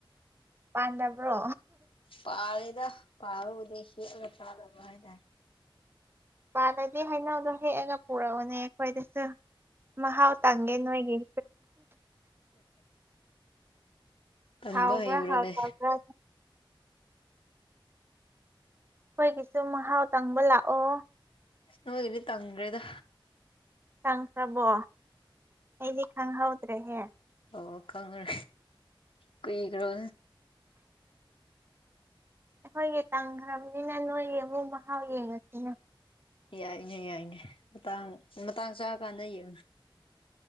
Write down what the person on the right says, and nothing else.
ꯄꯥꯟꯗꯝꯕ꯭ꯔꯣ
ꯄꯥꯗꯗꯤ ꯍꯩꯅꯧꯗꯣ ꯍꯦꯛꯑꯒ ꯄꯨꯔꯛꯎꯅꯦ ꯑꯩꯈꯣꯏꯗꯁꯨ ꯃ ꯍꯥꯎ ꯇꯪꯒꯦ ꯅ ꯍꯣꯏ
ꯍꯥꯎꯕ
ꯍꯥꯎꯗ꯭ꯔ ꯑꯩꯈꯣꯏꯒꯤꯁꯨ ꯃꯍꯥꯎ ꯇꯪꯕ ꯂꯥꯛꯑꯣ
ꯈꯪꯈ꯭ꯔꯕꯣ ꯑꯩꯗꯤ ꯈꯪꯍꯧꯗ꯭ꯔꯦꯍꯦ
ꯑꯩꯈꯣꯏꯒꯤ ꯇꯝꯈ꯭ꯔꯕꯅꯤꯅ ꯅꯣꯏꯒꯤ ꯑꯃꯨꯛ ꯃꯍꯥꯎ ꯌꯦꯡꯉꯁꯤꯅ